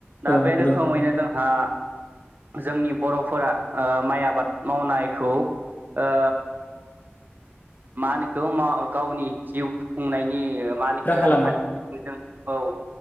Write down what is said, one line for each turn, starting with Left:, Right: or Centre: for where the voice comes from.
Left: औ
Right: दा बे
Left: नुदों
Right: रोखोमैनो जोंहा जोंनि बर'फोरा ओ माइ आबाद मावनायखौ ओ मा होनो इखौ माव गावनि जिउ खुंनायनि ओ मा होनो इखो
Left: राहा
Right: रांखान्थि
Left: लामा
Right: <unintelligible> औ